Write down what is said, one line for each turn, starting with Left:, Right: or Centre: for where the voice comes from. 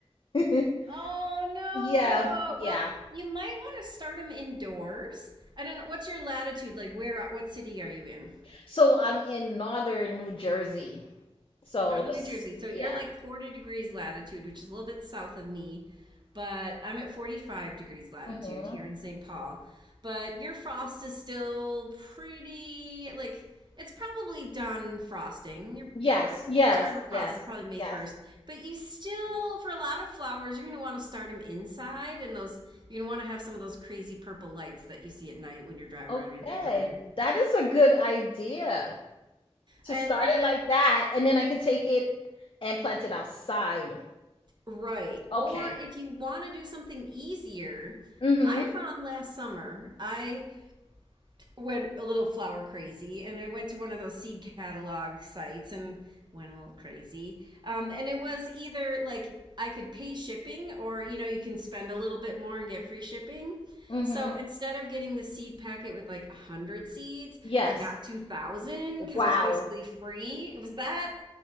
Left: <laughs>
Right: Oh no.
Left: Yeah, yeah.
Right: Well, you might want to start them indoors. I don't know. What's your latitude? Like where what city are you in?
Left: So I'm in northern New Jersey. So
Right: Northern
Left: that's
Right: New Jersey. So you're
Left: yeah.
Right: like 40 degrees latitude, which is a little bit south of me, but I'm at 45 degrees latitude
Left: hmm
Right: here in St. Paul. But your frost is still pretty, like, it's probably done frosting. Your
Left: Yes,
Right: fro-
Left: yes,
Right: your time of frost
Left: yes,
Right: is probably May
Left: yes.
Right: 1st, but you still, for a lot of flowers, you're going to want to start them inside, and those you're going to want to have some of those crazy purple lights that you see at night when you're driving
Left: Okay.
Right: around your neighborhood.
Left: That is a good idea to
Right: And
Left: start
Right: then
Left: it like that, and then I can take it and plant it outside.
Right: Right.
Left: Okay.
Right: Or if you want to do something easier,
Left: Mm-hmm.
Right: I found last summer I went a little flower crazy and I went to one of those seed catalog sites and went a little crazy. Um, and it was either like I could pay shipping or, you know, you can spend a little bit more and get free shipping.
Left: Mm-hmm.
Right: So instead of getting the seed packet with like 100 seeds,
Left: Yes.
Right: I got 2,000 because
Left: Wow.
Right: it was basically free. It was that